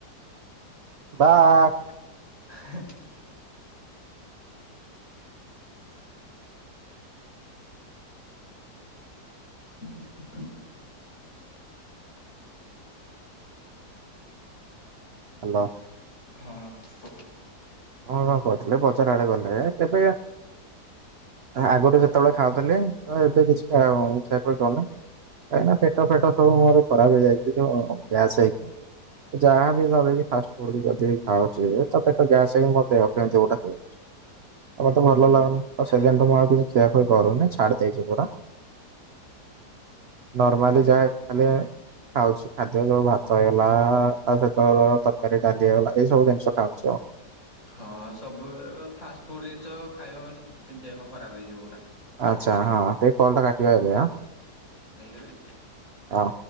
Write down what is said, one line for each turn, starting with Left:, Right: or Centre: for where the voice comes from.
Right: ବା
Left: <unintelligible> <inaudible>
Right: ହାଲୋ।
Left: ହଁ କୁହ?
Right: ହଁ କଣ କହୁଥିଲେ ବଜାର ଆଡେ ଗଲେ କେବେ ଆଗରୁ ଯେତେବେଳେ ଖାଉଥିଲେ ତ ଏବେ କିଛି ଖିଆ ହଉନି ଖିଆ ପିଆ କରୁନି କାହିଁକି ନା ପେଟ ଫେଟ ସବୁ ମୋର ଖରାପ୍ ହେଇଯାଇଛି ଯୋଉ ଗ୍ୟାସ୍ ହେଇକି। ଯାହା ବି ଧର ଫାଷ୍ଟ ଫୁଡ୍ ଯଦି ବି ଖାଉଛି ତ ଗ୍ୟାସ୍ ସେ ମୋ ଦେହ କେମିତି ଗୋଟା ହେଇଯାଉଛି ଆଉ ମତେ
Left: ହୁଁ
Right: ଭଲ ଲାଗୁନି ଆଉ ସେଦିନୁଠୁ ମୁଁ ଆଉ କିଛିି ଖିଆଖୁଇ କରୁନି ଛାଡ଼ି ଦେଇଛି ପୁରା। ନର୍ମଲି
Left: ଓ
Right: ଯାଏ ଖାଲି ଖାଉଛି ଖାଦ୍ୟ ଯୋଉ ଭାତ ହେଇଗଲା ତା ସହିତ ତରକାରୀ ଡାଲି ହେଇଗଲା ଏଇ ସବୁ ଜିନିଷ ଖାଉଛି ଆଉ।
Left: ହଁ ସବୁବେଳେ ଫାଷ୍ଟ୍ ଫୁଡ଼୍ ଜିନିଷ ଖାଇବା ମାନେ ଦେହ ଖରାପ ହେଇଯିବ ପୁରା।
Right: ଆଚ୍ଛା ହଁ ତ କଲ୍ ଟା କାଟିବା ଏବେ ଆଁ
Left: ହେଇଗଲା କି?
Right: ହଁ